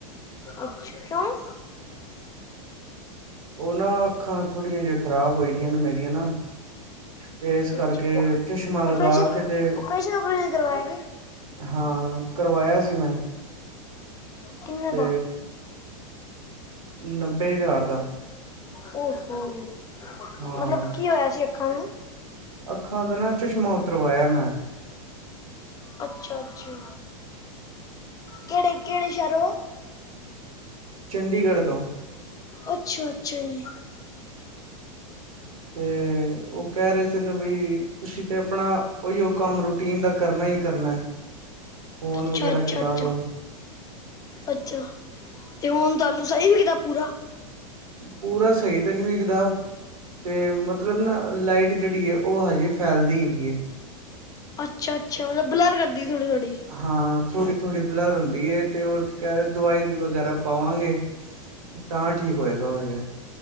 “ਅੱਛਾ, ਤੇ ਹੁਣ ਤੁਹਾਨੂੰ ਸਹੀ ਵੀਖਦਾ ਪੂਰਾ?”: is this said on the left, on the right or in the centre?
Left